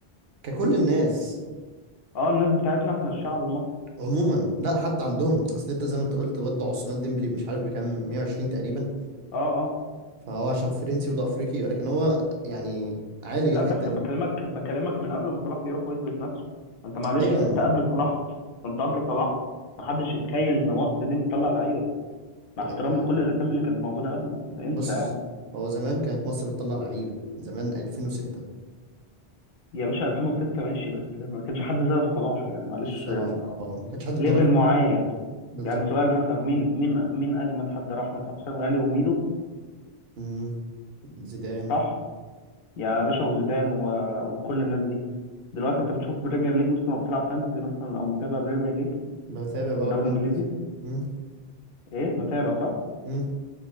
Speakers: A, on the right (about 75°); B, on the left (about 70°).
A: ككل الناس
B: اه الناس بتاعتنا احنا الشعب المصري
A: عموما لا حتى عندهم أصل أنت زي ما أنت قلت برضه عثمان ديمبلي مش عارف بكام 120 تقريبا
B: اه اه
A: فهو عشان فرنسي وده أفريقي ولكن هو يعني عالج
B: لا
A: الحتة
B: بس
A: دي
B: بكلمك بكلمك من قبل ما صلاح يروح ويثبت نفسه انت معلش
A: أيوه
B: انت قبل صلاح انت قبل صلاح ما حدش يتخيل ان مصر دي بتطلع لعيبه مع احترام
A: دي حاجة
B: لكل الاسامي اللي كانت موجوده قبله انسى
A: بص
B: يعني
A: هو زمان كانت مصر بتطلع لعيبة زمان 2006
B: يا باشا 2006 ماشي بس ما كانش حد زي أبو صلاح يعني معلش
A: دي الصراحة
B: يعني
A: اه ما كانش حد بدرجته
B: ليفل معين يعني
A: بالظبط
B: يعني سؤال مثلا مين مين مين اجمد حد راح مثلا حسام غالي وميدو
A: مم. زيدان
B: صح يا باشا وزيدان و... وكل الناس دي دلوقتي انت بتشوف بريمير ليج مثلا لو بتلعب فانتزي مثلا او متابع بريمير ليج
A: بتابع بقى
B: دوري
A: فرنسا
B: انجليزي
A: مم.
B: ايه متابع صح
A: مم.